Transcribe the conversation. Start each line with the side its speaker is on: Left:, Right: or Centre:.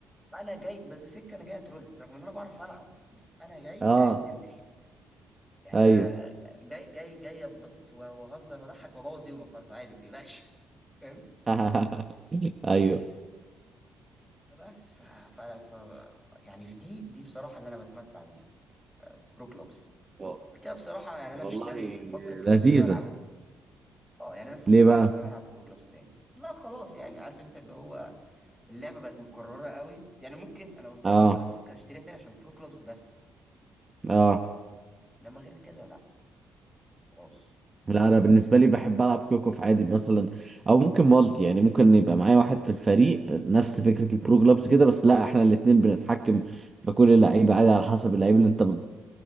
Centre: انا جاي ب- سكة انا جاي اترول رغم ان انا بعرف العب بس انا جاي
Right: اه
Centre: اقدم ضحك يعني
Right: ايوه
Centre: انا جاي جاي جاي اتبسط واهزر واضحك وابوظ يومك برضو عادي ما تقلقش فاهم
Right: <laughs> ايوه
Centre: بس ف... فانا ف... يعني في دي دي بصراحه اللي انا بتمتع بيها برو كلوبس
Right: و-
Centre: كده بصراحه يعني انا
Right: والله
Centre: مش ناوي الفتره الجايه
Right: لذيذة
Centre: مش ناوي العبها اه يعني انا الفتره
Right: ليه
Centre: الجايه
Right: بقى؟
Centre: مش ناوي العب برو كلوبس تاني لا خلاص يعني عارف انت اللي هو اللعبه بقت مكرره قوي يعني ممكن انا قلت
Right: اه
Centre: لك من غير زوم ممكن اشتريها تاني عشان برو كلوبس بس
Right: اه
Centre: لما غير كده لا خلاص
Right: لا انا بالنسبه لي بحب العب كيوكوف عادي مثلا او ممكن مالتي يعني ممكن يبقى معايا واحد في الفريق نفس فكره البرو جلابس كده بس لا احنا الاثنين بنتحكم في كل اللعيبه عادي على حسب اللعيب اللي انت بت...